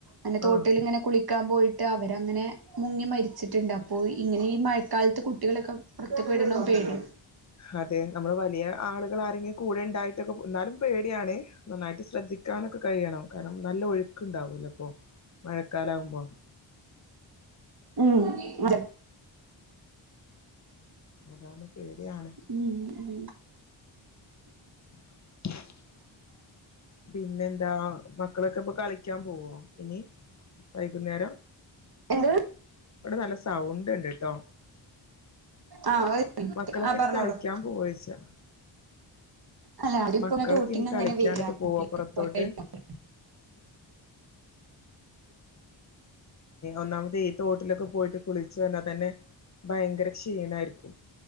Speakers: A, on the right; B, on the left.
A: അന്നെ തോട്ടൽ
B: ആഹ്
A: ഇങ്ങനെ കുളിക്കാൻ പോയിട്ട് ട്ട് അവരങ്ങനെ മുങ്ങി മരിച്ചിട്ടുണ്ട് അപ്പോ ഇങ്ങനെ ഈ മഴക്കാലത്ത് കുട്ടികളൊക്കെ പുറത്തക്ക് വിടണം പേടിയ
B: അതെ നമ്മള് വലിയ ആളുകൾ ആരെങ്കി കൂടെ ഉണ്ടായിട്ടൊക്കെ എന്നാലും പേടിയാണ് നന്നായിട്ട് ശ്രദ്ധിക്കാനൊക്കെ കഴിയണം കാരണം നല്ല ഒഴുക്ക്ണ്ടാവൂല്ലോ ഇപ്പോ മഴക്കാലവുമ്പോ
A: ഉം അതെ
B: അതാണ് പേടിയാണ്
A: ഉം ഉം
B: <unintelligible> പിന്നെന്താ മക്കളൊക്കെപ്പൊ കളിക്കാൻ പോവോ ഇനി വൈകുന്നേരം
A: എന്ത്
B: ഇവിടെ നല്ല സൗണ്ട് ഉണ്ട്ട്ടോ
A: ആ
B: മക്കളൊക്കെ
A: ആ
B: ഇനി
A: പറഞ്ഞോളൂ
B: കളിക്കാൻ പോവോയ്ച്ച
A: അല്ല അതിപ്പൊ
B: മക്കളൊക്കെ
A: തോട്ടിൽന്ന്ങ്ങനെ
B: ഇനി കളിക്കാനൊക്കെ
A: വരാ
B: പോവോ
A: <unintelligible>
B: പുറത്തോട്ട് ഒന്നാമത് ഈ തോട്ടിലൊക്കെ പോയിട്ട് കുളിച്ചു വന്നാതന്നെ ഭയങ്കര ക്ഷീണായിരിക്കും